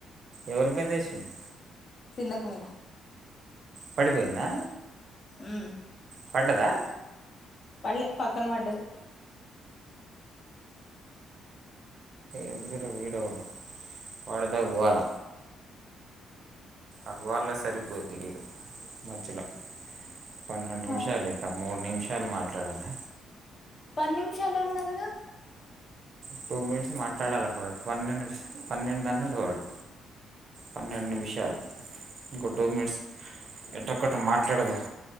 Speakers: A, on the right; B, on the left.
A: ఎవరి మీద ఏసిండ్
B: సింధకు మీద
A: పడిపోయిందా
B: ఊ
A: పడ్డదా
B: పల్లె పక్కన పడ్డది
A: ఎందుకటే వీడెవడ వాడితో గోల అగోళ్ళ సరిపోద్ది వీడు మధ్యలో పన్నెండు నిమిషాలు
B: అవును
A: ఇంక మూడు నిమిషాలు మాట్లాడాలా
B: పది నిమిషాలే ఆన్నారుగా
A: టూ మినిట్స్ మాట్లాడాలపుడు పన్నెండు ఇడిసి పన్నెండు అన్నడు వాడు పన్నెండు నిమిషాలు ఇంకో టూ మినిట్స్ ఎదోకటి మాట్లాడదాం